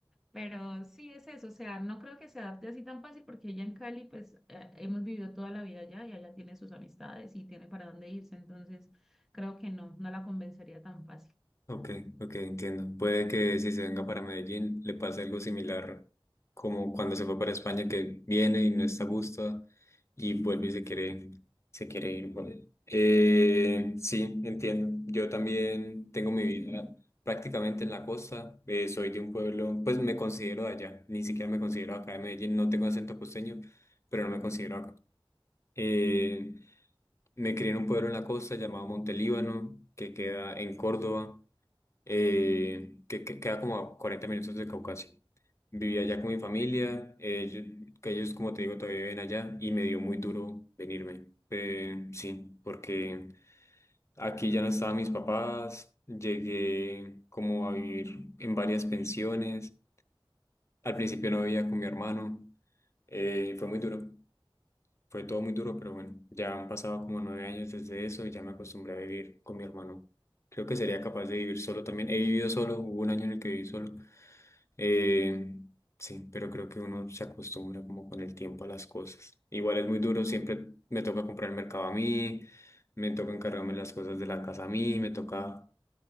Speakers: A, in the centre; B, on the left (about 30°).
A: Pero sí es eso, o sea, no creo que se adapte así tan fácil porque ella en Cali, pues eh, hemos vivido toda la vida allá y allá tiene sus amistades y tiene para dónde irse, entonces creo que no, no la convencería tan fácil.
B: Ok, ok, entiendo. Puede que si se venga para Medellín le pase algo similar como cuando se fue para España, que viene y no está a gusto y vuelve y se quiere, se quiere ir. Bueno, eh, sí, entiendo. Yo también tengo mi vida prácticamente en la costa. eh, soy de un pueblo, pues me considero de allá. Ni siquiera me considero acá de Medellín. No tengo acento costeño, pero no me considero acá. Eh, me crié en un pueblo en la costa llamado Montelíbano, que queda en Córdoba eh, que, que queda como a 40 minutos de Caucasia. Vivía allá con mi familia, eh, yo- que ellos, como te digo, todavía viven allá y me dio muy duro venirme. Eh, sí, porque aquí ya no estaban mis papás, llegué como a vivir en varias pensiones, al principio no vivía con mi hermano, eh, fue muy duro. Fue todo muy duro, pero bueno, ya han pasado como nueve años desde eso y ya me acostumbré a vivir con mi hermano. Creo que sería capaz de vivir solo también. He vivido solo, hubo un año en el que viví solo, eh, sí, pero creo que uno se acostumbra como con el tiempo a las cosas. Igual es muy duro, siempre me toca comprar el mercado a mí, me toca encargarme las cosas de la casa a mí, me toca,